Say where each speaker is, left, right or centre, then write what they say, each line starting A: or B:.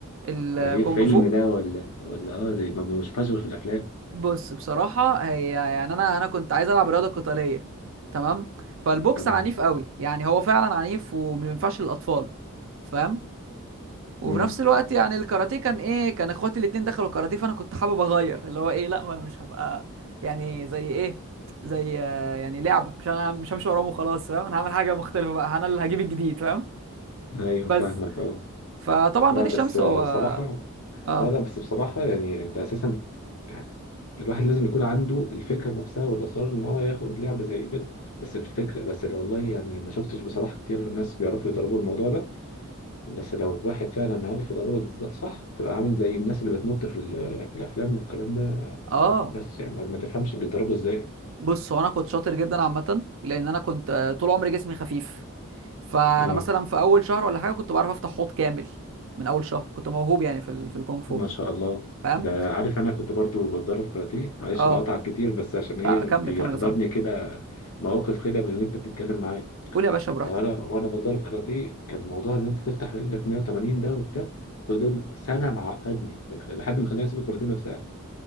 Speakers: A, on the right; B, on the left.
A: الكونج
B: ده ايه فيلم
A: فو
B: ده ولا ولا اه ده ما بشوفهاش غير في الافلام
A: بص بصراحه هي يعني انا انا كنت عايز العب رياضه قتاليه تمام فالبوكس
B: تمام
A: عنيف قوي يعني هو فعلا عنيف وما ينفعش للاطفال فاهم وفي
B: امم
A: نفس الوقت يعني الكاراتيه كان ايه كان اخواتي الاتنين دخلوا كاراتيه فانا كنت حابب اغير اللي هو ايه لا ما انا مش هبقى يعني زي ايه زي آه، يعني لعبه مش انا مش همشي وراهم وخلاص فاهم انا هعمل حاجه مختلفه بقى انا اللي هجيب الجديد فاهم
B: ايوه
A: بس
B: فاهمك اه
A: فطبعا
B: لا
A: نادي
B: بس
A: الشمس
B: آه،
A: هو
B: بصراحه
A: اه
B: لا لا بس بصراحة يعني انت اساسا يعني الواحد لازم يكون عنده الفكرة نفسها والإصرار إن هو ياخد لعبة زي كده بس الفكرة بس اللي والله يعني ما شفتش بصراحة كتير ناس بيعرفوا يضربوا الموضوع ده بس لو واحد فعلا عارف يضربك بالظبط صح تبقى عامل زي الناس اللي بتنط في, ال- في الأفلام والكلام ده
A: اه
B: بس يعني ما تفهمش بيتضربوا إزاي
A: بص هو انا كنت شاطر جدا عامه لان انا كنت آه، طول عمري جسمي خفيف فانا
B: آه
A: مثلا في اول شهر ولا حاجه كنت بعرف افتح حوض كامل من اول شهر كنت موهوب يعني في ال- في الكونغ فو
B: ما شاء الله
A: فاهم
B: ده عارف أنا كنت برضو بتدرب كاراتيه معلش
A: اه
B: بقطع كتير بس عشان إيه
A: لا كمل
B: بيحضرني
A: كمل يا صاحبي
B: كده مواقف كده من وأنت بتتكلم معايا
A: قول يا باشا براحتك
B: انا وانا بتدرب كاراتيه كان موضوع ان انت تفتح رجلك 180 ده وبتاع فضل سنه معقدني لحد ما خلاني اسيب الكاراتيه نفسها